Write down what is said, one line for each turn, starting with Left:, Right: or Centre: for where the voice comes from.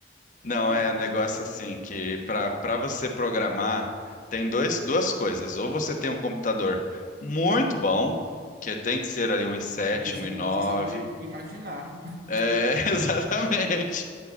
Left: não,
Right: ele-
Left: é um negócio assim que para para você programar tem dois, duas coisas. Ou você tem um computador muito bom, que tem que ser ali um i7,
Right: porque senão
Left: um i9.
Right: você só vai imaginar. <laughs>
Left: É, <laughs> exatamente.